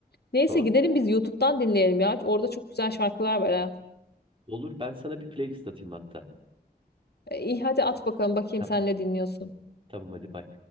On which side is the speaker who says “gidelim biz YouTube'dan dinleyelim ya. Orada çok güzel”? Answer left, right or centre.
Left